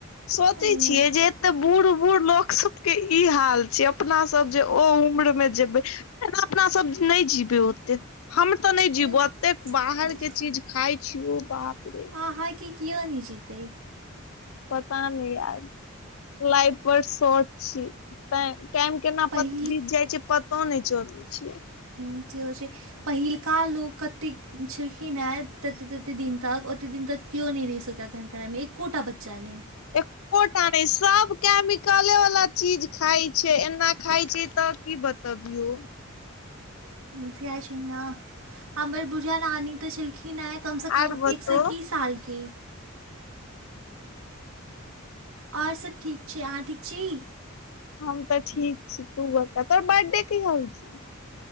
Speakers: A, on the left; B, on the right.
A: सोचै
B: नहि नहि
A: छियै जे एते बूढ़ बूढ़ लोक सब के ई हाल छै अपना सब जे ओ उम्र मे जे बाई ऐना अपना सब नई जीबे ओते हम तऽ नई
B: हम्म,
A: जीबो अतेक बाहर
B: नहि
A: के चीज खााय छीय ओ बाप रे
B: आहाँ कि‌ कियौ नई जीतै
A: पता नई यार लाइफ पर शॉर्ट छी तै टाइम केना
B: पहिल
A: प बीत जाइ छै पतो नहि चलै छैयै
B: अथि होई छै पहिलका लोको कतेक छलखिन हे ततेक तते दिन तक ओते दिन तक केओ नई रहि सकैए एखन करामे एकोटा बच्चा नई
A: <unintelligible> एको टा नै सब केमिकले वाला चीज खाय छै एना खाय छै तऽ की बता तबीयो
B: <unintelligible> छी ने हमार बुझा नानी तऽ छलखिन हँ कमसँ कम
A: आर बतो
B: एक स आएकिस सालके और सभ ठीक छै अहाँ ठीक छी
A: हम तऽ ठीक छी तू बता तोहर बर्थडे काहीया होई छऔ